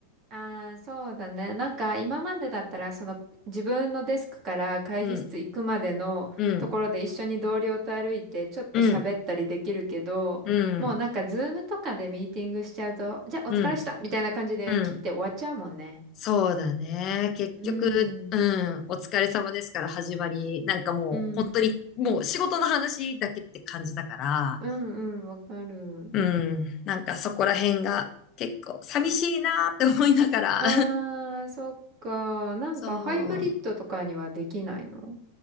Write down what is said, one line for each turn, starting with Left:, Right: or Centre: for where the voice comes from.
Right: ああ、そうだね。なんか今までだったら、その自分のデスクから会議室行くまでのところで一緒に同僚と歩いてちょっと喋ったりできるけど、
Left: うん、うん、うん、うん、
Right: もうなんかズームとかでミーティングしちゃうと、じゃあお疲れしたみたいな感じで切って終わっちゃうもんね。
Left: うん、うん。そうだね。結局、
Right: うん。
Left: うん、お疲れ様ですから始まり、なんかもう本当にもう仕事の話だけって感じだから、
Right: うん。うんうん、わかる。
Left: うん。なんかそこら辺が結構寂しいなーって思いながら
Right: あー、そっか。なんかハイブリッドとかにはできないの
Left: <laughs> そう、